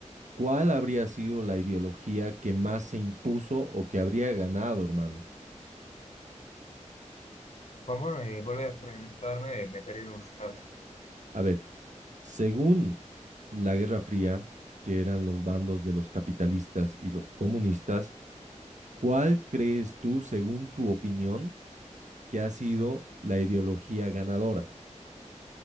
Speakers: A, on the right (about 70°); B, on the left (about 60°).
A: ¿cuál habría sido la ideología que más se impuso o que habría ganado, hermano?
B: ¿Cómo me vuelve a preguntarme? Me he perdido un rato.
A: A ver, según la Guerra Fría, que eran los bandos de los capitalistas y los comunistas, ¿cuál crees tú, según tu opinión? que ha sido la ideología ganadora.